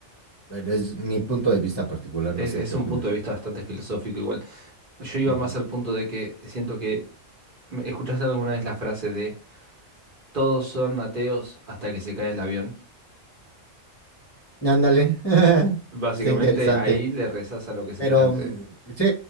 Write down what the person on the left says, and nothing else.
Pero es mi punto de vista particular,
no sé
qué
opinas.
Ujú.
Ándale, <laughs>
está interesante.
Pero
mm, sí,